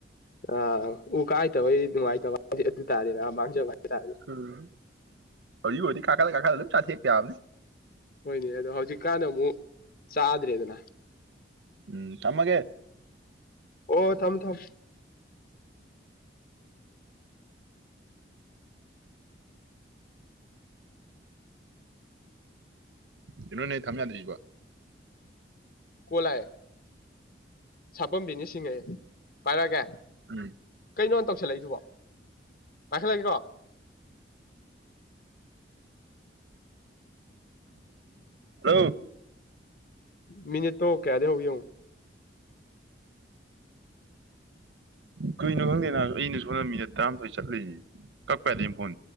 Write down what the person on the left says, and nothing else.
ꯑꯥ ꯎ ꯀꯥ ꯍꯩꯇꯕꯩ ꯅꯨꯡꯉꯥꯏꯇꯕ ꯍꯥꯏꯗꯤ ꯑꯗꯨ ꯇꯥꯔꯦ ꯅꯥ ꯃꯥꯡꯖꯕ ꯍꯥꯏꯇꯥꯔꯦ
ꯍꯣꯏꯅꯦ ꯑꯗꯣ ꯍꯧꯖꯤꯛꯀꯥꯟ ꯑꯃꯨꯛ ꯆꯥꯗ꯭ꯔꯦꯗꯅ
ꯑꯣ ꯊꯝꯃꯨ ꯊꯝꯃꯨ
ꯀꯣꯜ ꯂꯥꯛꯑꯦ ꯁꯥꯄꯝ ꯕꯤꯅꯤꯁ ꯁꯤꯡꯑꯌꯦ ꯄꯥꯏꯔꯒꯦ
ꯀꯩꯅꯣ ꯇꯧꯁꯜꯂꯛꯏꯗꯨꯕꯣ ꯄꯥꯏꯈꯠꯂꯒꯦꯀꯣ
ꯃꯤꯅꯤꯠꯇꯣ ꯀꯌꯥꯗꯩ ꯍꯧꯒꯦ ꯌꯦꯡꯉꯨ